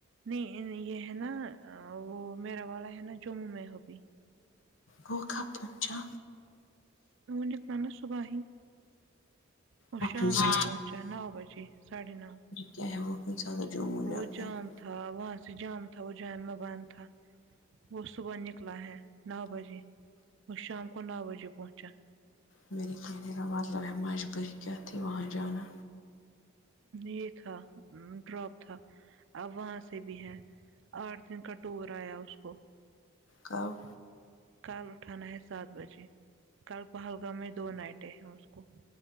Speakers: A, on the right; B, on the left.
A: نہیں یہ ہے نا وہ میرا والا ہے نا جموں میں ہوبھی
B: وہ کب پہنچا
A: ونیک نان نے صبح ہی اور
B: ڈاکٹر
A: شام
B: جی،
A: کو پہنچا نو بجے ساڑھے نو
B: <unintelligible>
A: وہ جام تھا وہاں سے جام تھا وہ جان بند تھا وہ صبح نکلا ہے نو بجے اور شام کو نو بجے پہنچا
B: میرے کہنے کا مطلب ہے مجبوری کیا تھی وہاں جانا
A: یہ تھا ڈراپ تھا اب وہاں سے بھی ہے آٹھ دن کا ٹور آیا اس کو
B: کب
A: کل اٹھانا ہے سات بجے کل پہلگام میں دو نائٹیں ہیں اس کو